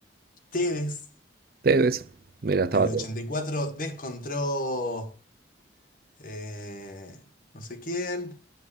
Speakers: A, on the left (about 45°); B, on the right (about 50°).
A: Tevez.
B: Ustedes, mira, estaba
A: En el
B: todo.
A: 84 descontró eh, no sé quién.